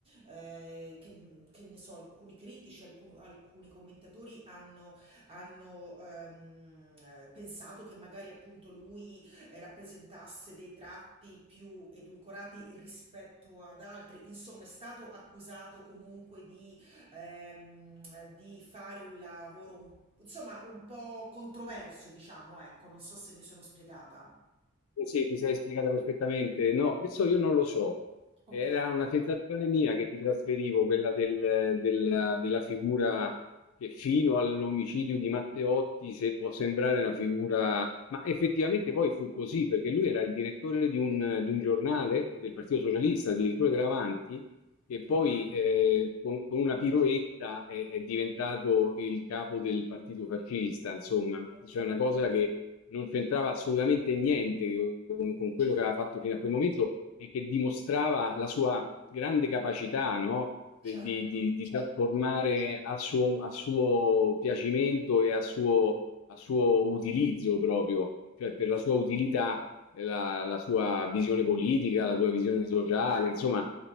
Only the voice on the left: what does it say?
Sì, sì, ti sei spiegata perfettamente. No, questo io non lo so.
Era una sensazione mia che ti trasferivo, quella del- del- della figura che fino all'omicidio di Matteotti, se può sembrare una figura... Ma effettivamente poi fu così, perché lui era il direttore di un, di un giornale del Partito Socialista, addirittura dell'Avanti, e poi
eh, con, con una piroetta è, è diventato il capo del partito fascista, insomma,
cioè
una cosa che non c'entrava assolutamente niente con, con quello
che aveva fatto fino a quel momento e che dimostrava la sua grande capacità, no? Di,
di- di di trasformare
a suo, a suo piacimento e a suo, a suo utilizzo proprio, cioè per la sua utilità la, la sua visione politica, la sua visione sociale,
insomma,